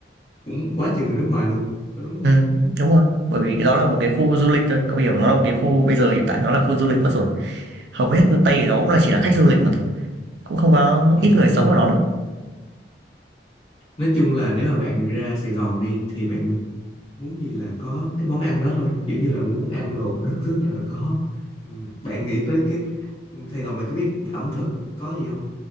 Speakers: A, on the left; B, on the right.
A: cũng quá chừng người nước ngoài luôn có đúng không
B: Ừ, đúng rồi. Bởi vì cái đó là một cái khu du lịch thôi. Cậu hiểu nó là một cái khu bây giờ hiện tại nó là khu du lịch mất rồi. Hầu hết Tây ở đó cũng là chỉ là khách du lịch mà thôi. Cũng không có
A: Ừm,
B: ít người sống ở đó lắm.
A: nói chung là nếu mà bạn ra Sài Gòn đi thì bạn muốn gì là có cái món ăn đó thôi kiểu như là muốn ăn đồ đặc trưng nào là có Ừm, bạn nghĩ tới cái Sài Gòn bạn có biết ẩm thực có gì